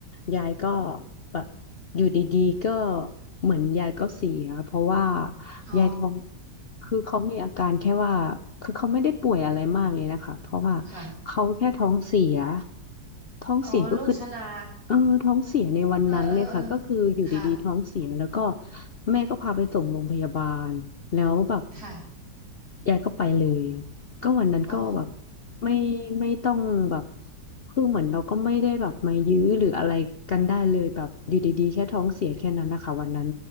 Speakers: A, on the left; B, on the right.
A: ยายก็แบบอยู่ดีๆก็เหมือนยายก็เสียเพราะว่า
B: อ๋อ
A: ยายท้องคือเขามีอาการแค่ว่าคือเขาไม่ได้ป่วยอะไรมากเลยนะคะเพราะว่า
B: ค่ะ
A: เขาแค่ท้องเสียท้องเสียก็คือ
B: อ๋อโรคชรา
A: เออท้องเสียในวันนั้นเลยค่ะก็คืออยู่ดีๆท้องเสียแล้วก็
B: เออเออเออค่ะ
A: แม่ก็พาไปส่งโรงพยาบาลแล้วแบบ
B: ค่ะ
A: ยายก็ไปเลยก็วันนั้นก็แบบ
B: อ๋อ
A: ไม่ไม่ต้องแบบคือเหมือนเราก็ไม่ได้แบบมายื้อหรืออะไรกันได้เลยแบบอยู่ดีๆแค่ท้องเสียแค่นั้นนะคะวันนั้น